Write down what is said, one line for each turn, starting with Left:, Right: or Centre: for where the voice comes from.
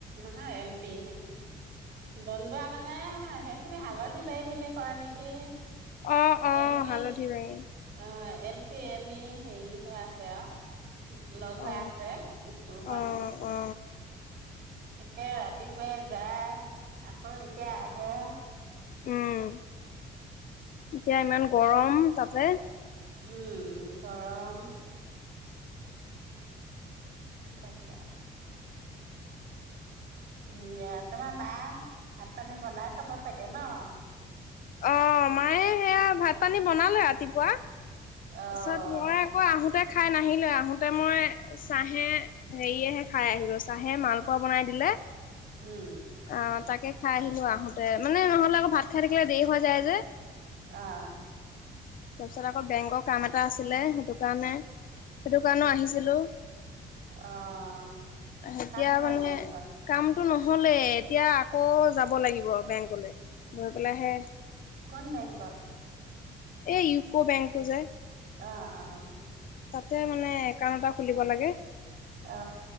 Right: নহয় এল পি দন্দুৱা মানে সেইখিনি হালধি বাৰী বুলি কয় নেকি?
Left: অ অ
Right: এল পি
Left: হালধিবাৰী
Right: অ এল পি এম ই।। হেৰি হৈ আছে আৰু।। লগ হৈ
Left: অ
Right: আছে স্কুলখন।
Left: অ অ
Right: তাকে ৰাতিপুৱাই যায় আকৌ এতিয়া আহে।
Left: উম এতিয়া ইমান গৰম তাতে।
Right: ওম গৰম।। এটাতে উম দিয়া, তোমাৰ মা ভাত পানী বনাই-' চাব চাগে ন <inaudible>
Left: অ', মায়ে সেয়া ভাত পানী বনালে ৰাতিপুৱা।
Right: অ',
Left: তাৰপিছত
Right: অ'।
Left: মই আকৌ আহোতে খাই নাহিলো আহোতে মই চাহে হেৰিয়েহে খাই আহিলো। চাহে মালপোৱা বনাই দিলে।
Right: উম।
Left: আহ তাকে খাই আহিলো আহোতে, মানে নহ'লে আৰু ভাত খাই।। তেতিয়া দেৰি হৈ যায় যে।
Right: আহ
Left: তাৰপিছত আকৌ বেংকৰ কাম এটা আছিলে। সেইটো কাৰণে সেইটো কাৰণেও আহিছিলো।।
Right: অ',
Left: এতিয়া
Right: কাম হ'ল
Left: মানে
Right: বেংকত?
Left: কামটো নহলে এতিয়া আকৌ যাব লাগিব বেংকলৈ। বলেহে
Right: কোন বেংকত?
Left: এই ইউকো বেংকটো যে।
Right: অ', অ'।
Left: তাতে মানে একাউণ্ট এটা খুলিব লাগে।
Right: অ।